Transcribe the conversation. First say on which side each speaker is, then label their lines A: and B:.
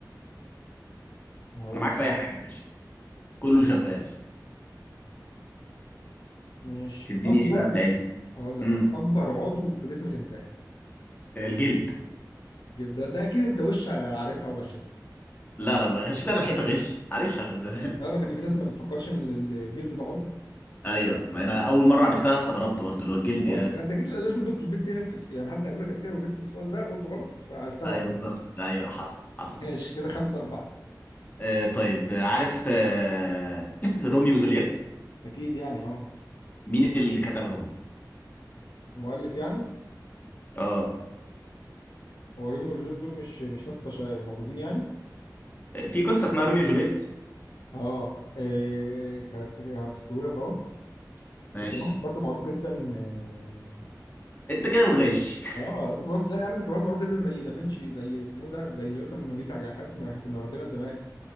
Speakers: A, on the left; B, on the left.
A: هقول
B: أنا معاك
A: لك.
B: في أي حاجة يا باشا كله شغال
A: ماشي
B: تديني
A: اكبر
B: إيه بقى في العلم؟
A: هقول لك
B: امم
A: أهو. اكبر عضو في جسم الانسان
B: الجلد
A: ده ده اكيد انت وش عارفها وغشتها
B: لا لا غشيت أنا الحيطة غش عارفها من زمان.
A: تعرف ان في ناس ما بتفكرش ان الجلد ده عضو
B: <laughs> أيوه ما أنا أول مرة عرفتها استغربت برضه اللي هو الجلد
A: طب اقول لك انت اكيد لازم بص لبست ايه في الس- يعني حد قال لك قبل كده ولبست السؤال ده قلته غلط فعرفتها
B: ايوه
A: بعد
B: بالظبط
A: كده
B: ايوه حصل حصل
A: <laughs> ماشي كده 5 4
B: آه طيب آه، عارف آه <clears throat> روميو وجولييت
A: اكيد يعني اه
B: مين اللي كتبهم
A: المؤلف يعني
B: اه
A: هو روميو وجوليت دول مش مش ناس بشر موجودين يعني
B: في قصه اسمها روميو وجولييت
A: اه إيه هفتكره لك اهو
B: ماشي
A: ده كان واحد برضه معروف جدا إيه،
B: انت كده بتغش <laughs>
A: اه اصبر بس لا يا عم كان واحد معروف جدا زي دافنشي زي اسمه ده زي اللي رسم الموناليزا على حاجات ما احنا كنا واخدينها زمان